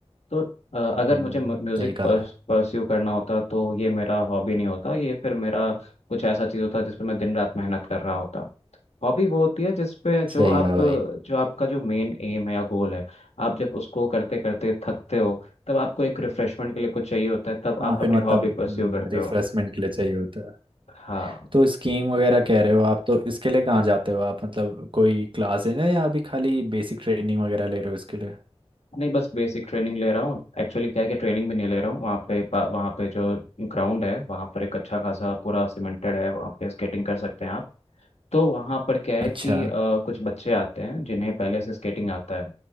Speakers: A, on the left (about 75°); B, on the right (about 50°).
A: तो अ, अगर
B: हम्म
A: मुझे म्यूज़िक
B: सही कहा
A: परस्यू करना होता तो ये मेरा हॉबी नहीं होता ये फिर मेरा कुछ ऐसा चीज़ होता जिस पे मैं दिन रात मेहनत कर रहा होता हॉबी वो होती है जिसपे
B: सही
A: जो आप
B: कहा भाई
A: जो आपका जो मेन एम है या गोल है आप जब उसको करते करते थकते हो तब आपको एक रिफ्रेशमेंट के लिए कुछ चाहिए होता है तब
B: हाँ
A: आप अपनी
B: फिर मतलब
A: हॉबी परस्यू करते
B: रिफ्रेशमेंट
A: हो
B: के लिए चाहिए होता है
A: हाँ
B: तो स्कीइंग वगैरह कह रहे हो आप तो इसके लिए कहाँ जाते हो आप मतलब कोई क्लास है ना या अभी खाली बेसिक ट्रेनिंग वगैरह ले रहे हो इसके लिए
A: नहीं बस बेसिक ट्रेनिंग ले रहा हूँ एक्चुअली क्या है कि ट्रेनिंग भी नहीं ले रहा हूँ वहाँ पे पा- वहाँ पे जो ग्राउंड है वहाँ पर एक अच्छा खासा पूरा सीमेंटेड है वहाँ पे स्केटिंग कर सकते हैं आप तो वहाँ पर क्या है
B: अच्छा
A: कि अ, कुछ बच्चे आते हैं जिन्हें पहले से स्केटिंग आता है